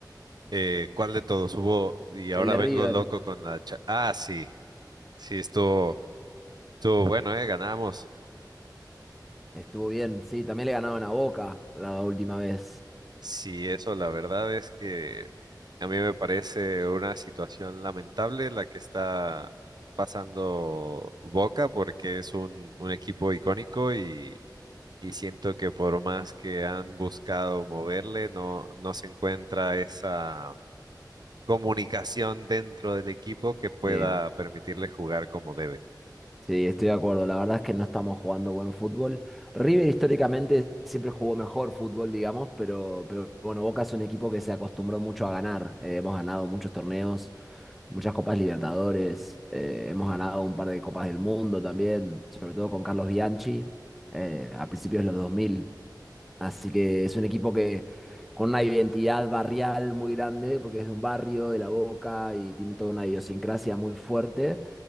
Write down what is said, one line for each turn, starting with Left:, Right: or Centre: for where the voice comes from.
Right: Eh, ¿cuál de todos hubo? Y ahora
Centre: El de
Right: vengo
Centre: River.
Right: loco con la... cha- ah, sí, sí, estuvo, estuvo bueno, ¿eh? Ganamos.
Centre: Estuvo bien, sí. También le ganaron a Boca la última vez.
Right: Sí, eso la verdad es que a mí me parece una situación lamentable la que está pasando Boca porque es un, un equipo icónico y, y siento que por más que han buscado moverle, no, no se encuentra esa comunicación dentro del equipo que pueda
Centre: Sí.
Right: permitirle jugar como debe.
Centre: Sí, estoy de acuerdo. La verdad es que no estamos jugando buen fútbol. River históricamente siempre jugó mejor fútbol, digamos, pero, pero bueno, Boca es un equipo que se acostumbró mucho a ganar. Eh, hemos ganado muchos torneos, muchas Copas Libertadores, eh, hemos ganado un par de Copas del Mundo también, sobre todo con Carlos Bianchi, eh, a principios de los 2000. Así que es un equipo que con una identidad barrial muy grande, porque es de un barrio, de La Boca, y tiene toda una idiosincrasia muy fuerte,